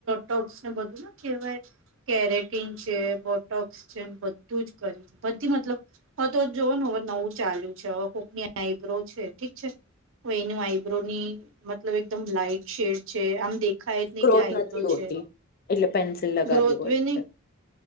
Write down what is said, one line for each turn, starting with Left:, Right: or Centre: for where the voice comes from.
Right: બોોક્સ ને બધું ને કહેવાય. કેરેટીન છે બોટોક્સ છે બધું જ કર્યું છે બધી મતલબ. હવે તો જોવનું હવે નવું ચાલુ છે હવે કોકની આઈબ્રો છે ઠીક છે. એની વાઇબ્રો ની મતલબ એકદમ લાાઈટ શેડ છે આમ દેખાય જ નહી
Left: ગ્રોથ
Right: કે આઈબ્રો
Left: નથી હોતી
Right: છે
Left: એટલે પેન્સિલ લગાવવી
Right: ગ્રોથ
Left: પડે
Right: વે નહી
Left: છે.